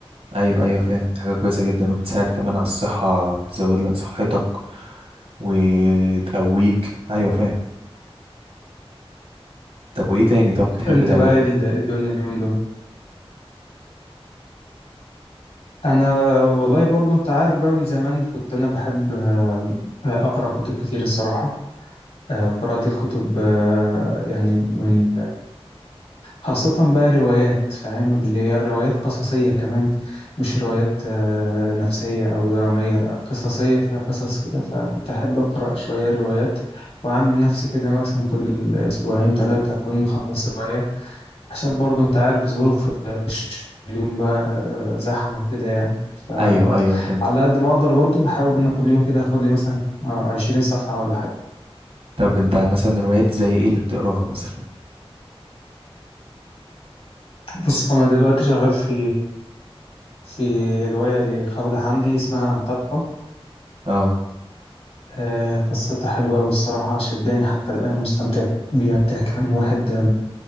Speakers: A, on the right; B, on the left.
A: ايوه ايوه فاهم دي حاجة كويسة جدا وبتساعد كمان على الصحة تزود لك صحتك وتقويك ايوه فاهم طب وايه تاني طب بتحب
B: انت
A: تعمله
B: بقى إيه ال- إيه الدنيا اليومين دول انا والله برضو انت عارف بقى من زمان كنت انا بحب آه، آه، اقرا كتب كتير الصراحه آه، وقراءة الكتب آه، يعني من خاصة بقى روايات فاهم اللي هي روايات قصصية كمان مش روايات آه، نفسية أو درامية لا قصصية فيها قصص كده فكنت أحب أقرأ شوية روايات وعامل نفسي كده مثلا كل أسبوعين ثلاثة أكون مخلص رواية عشان برضه أنت عارف ظروف اليوم بقى آه، زحمة وكده يعني فعلى
A: ايوه ايوه فهمتك
B: قد ما أقدر برضه بحاول إن أنا كل يوم كده أخد لي مثلا آه، عشرين صفحة ولا حاجة
A: طب انت مثلا روايات زي ايه اللي بتقراها مثلا
B: بص أنا دلوقتي شغال في في رواية لخولة حمدي اسمها أن تبقى
A: اه
B: آه، قصتها حلوة أوي الصراحة شداني حتى الآن ومستمتع بيها بتحكي عن واحد